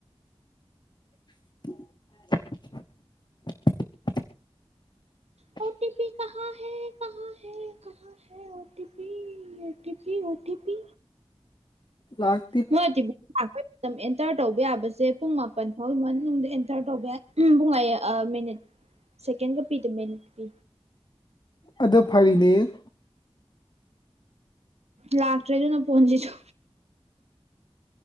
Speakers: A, on the left (about 45°); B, on the right (about 80°).
A: <unintelligible>
B: ꯑꯣ ꯇꯤ ꯄꯤ ꯀꯍꯥ ꯍꯦ ꯀꯍꯥ ꯍꯦ <unintelligible> O T P O T P O T P.
A: ꯂꯥꯛ
B: ꯃꯣꯏ <unintelligible> ꯑꯦꯟꯇꯔ ꯇꯧꯕ ꯌꯥꯕꯁꯦ ꯄꯨꯡ ꯃꯥꯄꯟ ꯐꯥꯎꯒꯤ ꯃꯅꯨꯡꯗ ꯑꯦꯟꯇꯔ ꯇꯧꯕ ꯌꯥꯏ ꯎꯝ ꯕꯨꯡ ꯑꯩ ꯑꯥ ꯃꯤꯅꯤꯠ ꯁꯦꯀꯦꯟꯒ ꯄꯤꯗ ꯃꯤꯅꯤꯠ ꯄꯤ꯫
A: ꯑꯗꯣ ꯐꯔꯤꯅꯦ꯫
B: ꯂꯥꯛꯇꯔꯦ ꯑꯗꯨꯅ ꯐꯣꯟꯁꯤꯁꯨ꯫